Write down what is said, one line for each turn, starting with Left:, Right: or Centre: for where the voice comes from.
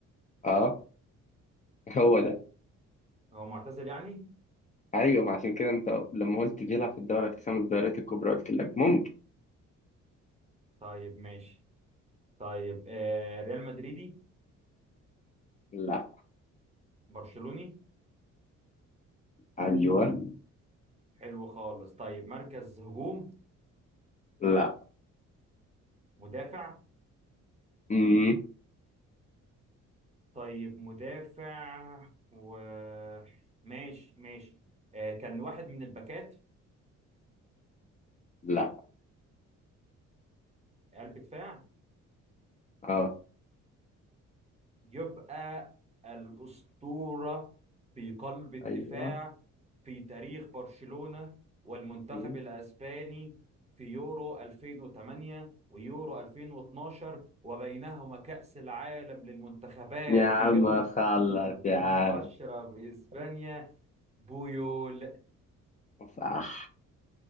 Left: اه هو ده
Right: هو معتزل يعني
Left: ايوه ما عشان كده انت لما قلت بيلعب في الدوري الخمس الدوريات الكبرى قلت لك ممكن
Right: طيب ماشي طيب آه، ريال مدريدي
Left: لا
Right: برشلوني
Left: ايوه
Right: حلو خالص طيب مركز هجوم
Left: لا
Right: مدافع
Left: امم
Right: طيب مدافع و ماشي ماشي آه كان واحد من الباكات
Left: لا
Right: قلب دفاع
Left: اه
Right: يبقى الأسطورة في قلب الدفاع
Left: ايوه
Right: في تاريخ برشلونة والمنتخب
Left: مم.
Right: الأسباني في يورو 2008 ويورو 2012 وبينهما كأس العالم للمنتخبات
Left: يا عم
Right: في جنوب
Left: خلص
Right: أفريقيا 2010
Left: يا عم
Right: بإسبانيا بويول
Left: صح